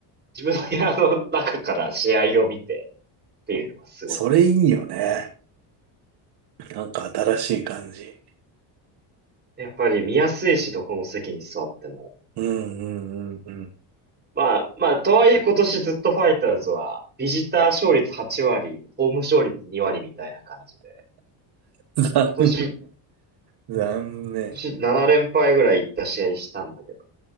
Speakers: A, on the right (about 20°); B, on the right (about 55°).
A: 自分の部屋の中から試合を見てっていうのはすごかった。
B: それいいよね。なんか新しい感じ。
A: やっぱり見やすいし、どこの席に座っても。
B: うんうんうん
A: まあ、まあ、とはいえ今年ずっとファイターズは、ビジター勝率8割、ホーム勝率2割みたいな感じで。
B: うん。残念。
A: 今年、
B: 残念。
A: 今年7連敗ぐらいいった試合したんだけど。